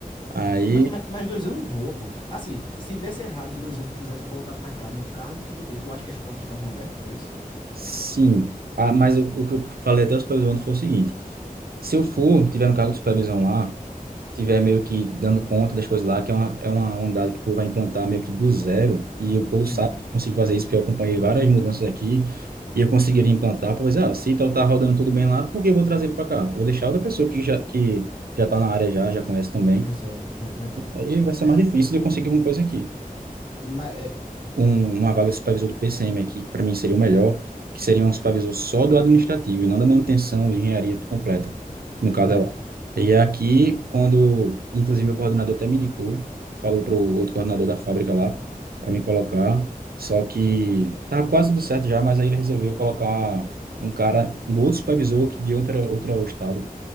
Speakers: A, on the right; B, on the left.
A: Aí,
B: Mas, mas, dois anos voa, pô. Assim, se desse errado em dois anos, tu quisesse voltar para cá no cargo que tu tem, tu acha que as portas estavam abertas para isso?
A: sim. Ah, mas o, o que eu falei até o supervisor foi o seguinte: se eu for, tiver um cargo de supervisão lá, tiver meio que dando conta das coisas lá, que é uma, é uma unidade que o povo vai implantar meio que do zero, e o povo
B: Hum,
A: sabe que consegue fazer isso, porque eu acompanhei várias mudanças aqui, e eu conseguiria implantar, pois, ah, se tal tá rodando tudo bem lá, por que eu vou trazer ele para cá? Vou deixar outra pessoa que já que já tá na área já, já conhece também,
B: exato, é verdade.
A: aí vai ser mais difícil de eu conseguir alguma coisa aqui
B: Mas, é,
A: um- uma vaga de supervisor do PCM aqui, que para mim seria o melhor, que seria um supervisor só do administrativo e não da manutenção de engenharia completa, que no caso
B: entendi,
A: é lá. E é aqui, quando, inclusive, meu coordenador até me indicou, falou para o outro coordenador da fábrica lá, para me colocar, só que estava quase tudo certo já, mas aí ele resolveu colocar um cara, um outro supervisor que de outra, outro estado,